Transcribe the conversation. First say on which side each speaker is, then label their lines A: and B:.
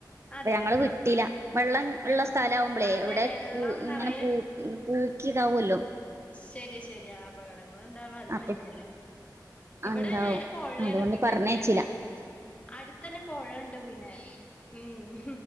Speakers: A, on the left; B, on the right.
A: അതെല്ലേ
B: അപ്പൊ ഞങ്ങള് വിട്ടില വള്ളം
A: ആഹ്
B: ഉള്ള സ്ഥലാവുമ്പളേ
A: അതെ
B: ഇവടെ
A: വെള്ളം
B: പൂ
A: നിറയെ
B: ഇങ്ങനെ പൂ പൂക്കി <unintelligible> വൊല്ലോ
A: ശെര്യ ശെര്യ അപകടങ്ങള്ണ്ടാവാ അത്
B: അപ്പൊ
A: മതി പിന്നെ ഇവടെ
B: ഉണ്ടാവും
A: നേരെ പൊഴേണ്
B: അതുകൊണ്ട്
A: പിന്നെ
B: പറഞ്ഞയച്ചില്ല
A: അട്ത്തെന്നെ അട് ത്തന്നെ പൊഴണ്ട് പിന്നേ ഏഹ് ഉം